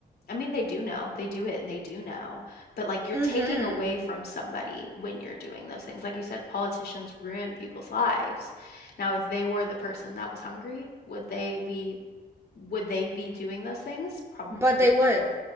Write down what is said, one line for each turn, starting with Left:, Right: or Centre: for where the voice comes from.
Left: I mean, they do know, they do it and they do know, but like you're
Right: hmm
Left: taking away from somebody when you're doing those things. Like you said, politicians ruin people's lives. Now, if they were the person that was hungry, would they be would they be doing those things? Probably
Right: But they would.
Left: no.